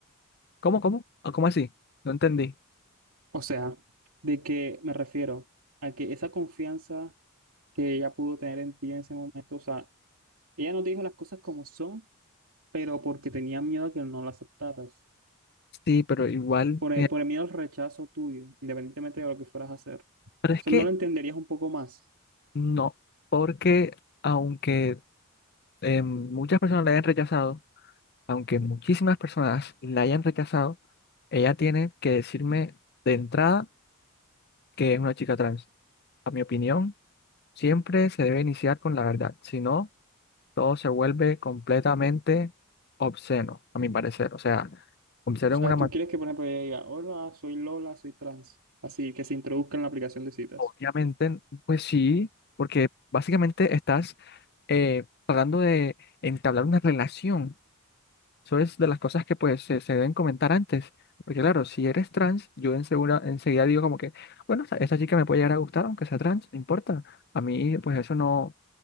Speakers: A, on the left (about 45°); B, on the right (about 70°).
A: ¿cómo, cómo? ¿Ah, ¿Cómo así? No entendí.
B: O sea, ¿de que me refiero? A que esa confianza que ella pudo tener en ti en ese momento. O sea, Ella no te dijo las cosas como son, pero porque tenía miedo a que no la aceptaras.
A: Sí, pero igual,
B: Por el,
A: eh,
B: por el miedo al rechazo tuyo, independientemente de lo que fueras a hacer. O
A: pero es
B: sea,
A: que
B: no la entenderías un poco más.
A: no, porque aunque eh, muchas personas la hayan rechazado, aunque muchísimas personas la hayan rechazado, ella tiene que decirme de entrada que es una chica trans. A mi opinión, siempre se debe iniciar con la verdad, si no, todo se vuelve completamente obsceno, a mi parecer. O sea, obsceno
B: O sea,
A: en una
B: tú
A: manera,
B: quieres que, por ejemplo, ella diga, hola, soy Lola, soy trans. Así que se introduzca en la aplicación de citas.
A: obviamente, pues sí, porque básicamente estás eh, tratando de entablar una relación. Eso es de las cosas que pues se, se deben comentar antes. Porque claro, si eres trans, yo ensegura- enseguida digo como que, bueno, esta esta chica me puede llegar a gustar, aunque sea trans, no importa. A mí pues eso no,